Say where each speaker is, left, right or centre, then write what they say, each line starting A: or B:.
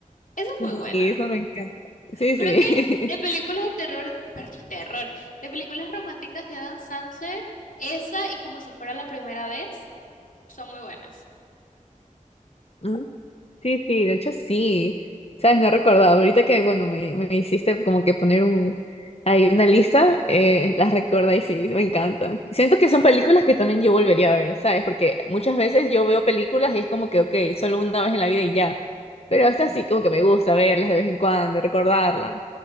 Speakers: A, on the left (about 75°); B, on the left (about 45°).
A: Esa es
B: Y
A: muy buena.
B: eso me encanta. Sí,
A: Creo
B: sí.
A: que de
B: <laughs>
A: películas de terror, per- terror, de películas románticas de Adam Sandler, esa y como si fuera la primera vez, son muy buenas.
B: Mm, Sí, sí, de hecho sí. Sabes, no recordaba, ahorita que, bueno, me, me hiciste como que poner un, ahí una lista, eh, las recuerda y sí, me encanta. Siento que son películas que también yo volvería a ver, ¿sabes? Porque muchas veces yo veo películas y es como que, ok, solo una vez en la vida y ya Pero estas sí como que me gusta verlas de vez en cuando, recordarlas.